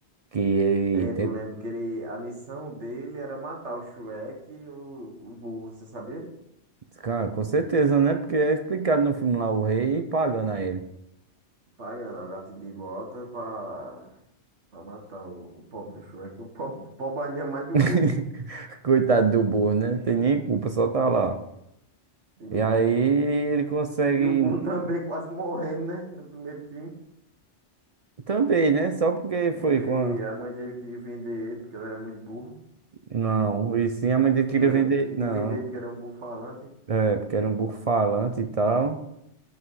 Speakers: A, on the right; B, on the right.
A: Que ele
B: Lembro,
A: tem.
B: lembro que ele, a missão dele era matar o Shrek e o, o burro, você sabia?
A: Cara, com certeza, né? Porque é explicado no filme lá o rei pagando a ele.
B: Pagando o gato de botas pra, pra matar o, o pobre do Shrek. O pobre, pobre ainda é mais do
A: <laughs>
B: burro,
A: Coitado do burro, né? Tem nem culpa, só tá lá.
B: de nem
A: E aí
B: culpa.
A: ele consegue
B: E o Boo <laughs> também quase morrendo, né? No primeiro filme.
A: também, né? Só porque foi
B: Porque
A: com a...
B: a mãe dele queria vender ele, porque ele era muito burro.
A: Não, e sim a mãe dele queria
B: Ela
A: vender.
B: era, queria
A: Não,
B: vender ele porque era um burro falante.
A: é, porque era um burro falante e tal.